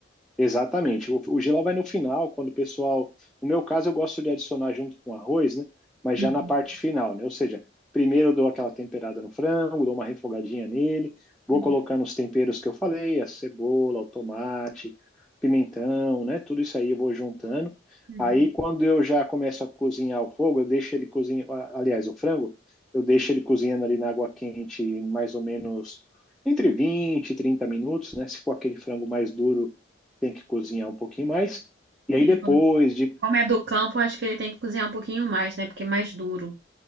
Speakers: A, in the centre; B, on the right.
A: Exatamente. O, o jiló vai no final, quando o pessoal. No meu caso, eu gosto de adicionar junto com o arroz, né? Mas
B: Uhum.
A: já na parte final, né? Ou seja, primeiro eu dou aquela temperada no frango, dou uma refogadinha nele, vou
B: Uhum.
A: colocando os temperos que eu falei, a cebola, o tomate, pimentão, né? Tudo isso aí eu vou juntando.
B: Uhum.
A: Aí, quando eu já começo a cozinhar o fogo, eu deixo ele cozinhando. Aliás, o frango, eu deixo ele cozinhando ali na água quente, mais ou menos entre vinte e 30 minutos, né? Se for aquele frango mais duro tem que cozinhar um pouquinho mais. E aí
B: Sim,
A: depois
B: como,
A: de
B: como é do campo, eu acho que ele tem que cozinhar um pouquinho mais, né? Porque é mais duro.